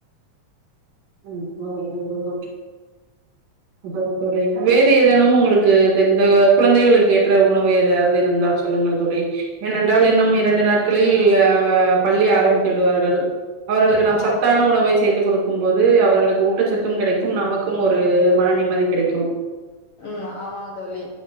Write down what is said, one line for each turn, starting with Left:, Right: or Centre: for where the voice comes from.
Right: <unintelligible> தோழி வேறு எதேன்னும் உங்குளுக்கு எந்த குழந்தைகளுக்கு ஏற்ற உணவு ஏதாவது இருந்தால் சொல்லுங்கள் தோழி ஏனென்றால் இன்னும் இரண்டு நாட்களில் பள்ளி ஆரம்பித்து விடுவார்கள் அவர்களுக்கு நாம்
Left: ஆ
Right: சத்தான உணவை செய்து குடுக்கும் போது து அவர்களுக்கு ஊட்டச்சத்தும் கிடைக்கும் நமக்கும் ஒரு மன நிம்மதி கிடைக்கும்
Left: ம் ஆமாங்க தோழி